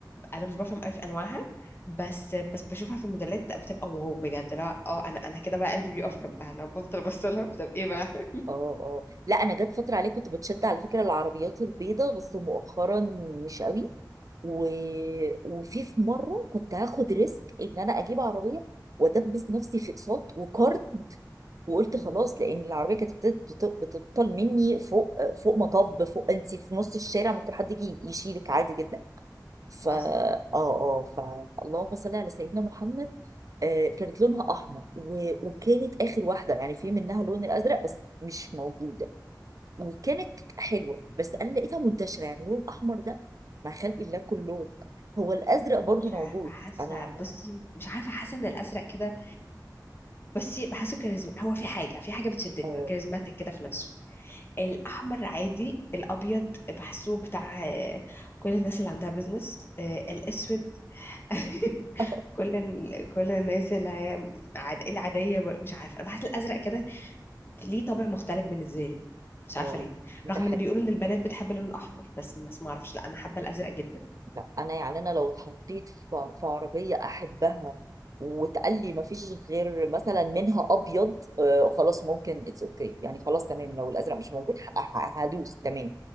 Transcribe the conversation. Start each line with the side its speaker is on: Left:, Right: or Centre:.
Left: انا مش بفهم قوي في انواعها بس بس بشوفها في الموديلات بتبقى واو بجد لا اه انا انا كده بقى قلبي بيقف جنبها لو بفضل ابص لها طب ايه بقى
Right: اه اه لا انا جت فتره عليه كنت بتشد على فكره العربيات البيضاء بس مؤخرا مش قوي و... وفي في مره كنت هاخد ريسك ان انا اجيب عربيه وادبس نفسي في اقساط وكارد وقلت
Left: مم.
Right: خلاص لان العربيه كانت بتت- بت- بتبطل مني فوق فوق مطب فوق انت في نص الشارع ممكن حد يجي يشيلك عادي جدا فا
Left: اصلا
Right: اه اه فاللهم صل على سيدنا محمد آه كانت لونها احمر و... وكانت
Left: مم.
Right: اخر واحده يعني في منها اللون الازرق بس مش موجود وكانت حلوه بس انا لقيتها منتشره يعني اللون الاحمر ده مع خلق الله كلهم هو الازرق برضو
Left: مش
Right: موجود
Left: عارفه حاسه
Right: انا
Left: بصي مش عارفه حاسه ان الازرق كده بصي بحسه كاريزما هو في حاجه في حاجه بتشدني
Right: اه
Left: هو كاريزماتيك كده في نفسه الاحمر عادي الابيض بحسه بتاع آه، كل الناس اللي عندها بيزنس الاسود <laughs>
Right: <laughs>
Left: كل ال... كل الناس اللي هي عاد... العاديه مش عارفه انا بحس الازرق كده ليه طابع مختلف بالنسبه لي مش عارفه
Right: اه
Left: ليه
Right: ده
Left: رغم
Right: حقيقي
Left: ان بيقولوا ان البنات بتحب اللون الاحمر بس بس ما اعرفش لا انا حابه الازرق جدا
Right: لا انا يعني انا لو اتحطيت في في عربيه احبها وتقال لي ما فيش غير مثلا منها ابيض آه خلاص ممكن اتس اوكي يعني خلاص تمام لو الازرق مش موجود ه- ه- هدوس تمام